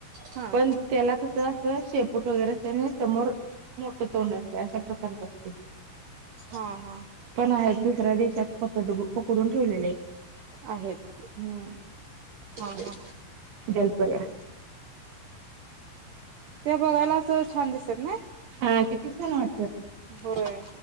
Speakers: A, on the right; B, on the right.
A: हा
B: पण. त्याला कसं असं शेपूट वगैरे असं आणि समोर. मोठं तोंड असतय अशा प्रकारच असतय.
A: हा हा.
B: पण आहेत दुसऱ्या देशात पकड पकडून ठेवलेले आहेत
A: आहेत
B: हम्म.
A: हा हा.
B: जलपऱ्या.
A: ते बघायला असं, छान दिसत्यात नी.
B: हा किती छान वाटत्यात
A: होय